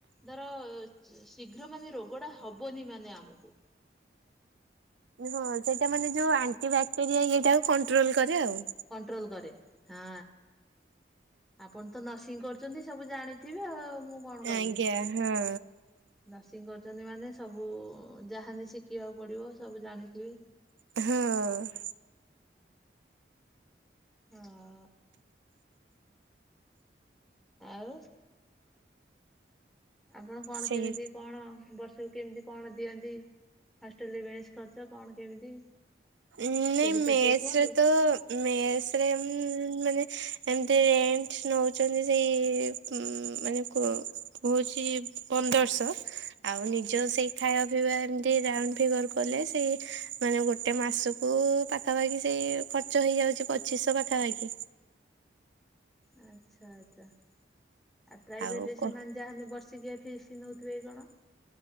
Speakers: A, in the centre; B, on the right (about 85°).
A: ଧର ଶୀଘ୍ର ମାନେ ରୋଗଟା ହବନି ମାନେ ଆମକୁ।
B: ହଁ ସେଇଟା ମାନେ ଯୋଉ ଆଣ୍ଟି ବାକ୍ଟେରିଆ ଇଏଟାକୁ କଣ୍ଟ୍ରୋଲ କରେ ଆଉ।
A: କଣ୍ଟ୍ରୋଲ କରେ ହଁ ଆପଣ ତ ନର୍ସିଂ କରୁ ଛନ୍ତି ସବୁ ଜାଣିଥିବେ ଆଉ ମୁଁ କଣ କହିବି।
B: ଆଜ୍ଞା ହଁ।
A: ନର୍ସିଂ କରୁଛନ୍ତି ମାନେ ସବୁ ଯାହାବି ଶିଖିବାକୁ ପଡ଼ିବ ସବୁ ଜାଣିଥିବେ
B: ହଁ।
A: ହଁ। ଆଉ ଆପଣ କଣ
B: ସେଇ
A: କେମିତି କଣ ବର୍ଷକୁ କେମିତି କଣ ଦିଅନ୍ତି ହଷ୍ଟେଲ ରେ ମେସ ଖର୍ଚ କଣ କେମିତି
B: ନାଇଁ
A: ସେ ବିଷୟରେ
B: ମେସରେ
A: ଟିକେ କୁହନ୍ତୁ?
B: ତ ମେସରେ ଉଁ ମାନେ ଏମତି ରେଟ ନଉଛନ୍ତି ସେଇ ଉଁ ମାନେ କହୁଛି ପନ୍ଦରଶହ ଆଉ ନିଜ ସେଇ ଖାଇବା ପିଇବା ଏମିତି ରାଉଣ୍ଡ ଫିଗର କଲେ ସେଇ ମାନେ ଗୋଟେ ଗୋଟେ ମାସକୁ ପାଖାପାଖି ସେଇ ଖର୍ଚ୍ଚ ହେଇଯାଉଛି ପଚିଶହ ପାଖାପାଖି
A: ଆଚ୍ଛା ଆଛା ଆ ପ୍ରାଇଭେଟ
B: ଆଉ
A: ରେ
B: କ
A: ସେମାନେ ଯାହେଲେ ବର୍ଷିକିଆ ଫିସ ନଉଥିବେ କଣ?